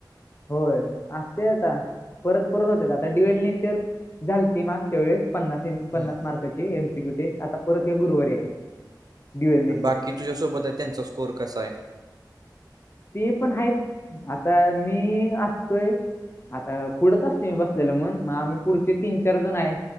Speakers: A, on the left; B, on the right.
A: होय असते आता. परत परत होतेत आता डिवेल नेचर झालती मागच्या वेळेस पन्नास
B: हम्म
A: पन्नास मार्काची एमसीक्यू टेस्ट आता परत या गुरुवारी आहे. ड्युएल नेचर
B: आणि बाकी तुझ्यासोबत आहे त्यांचा स्कोर कसा आहे?
A: ते पण आहेत आता मी असतोय आता पुढच असतोय मी बसलेलं म्हण मग आम्ही पुढचे तीन चार जण आहे.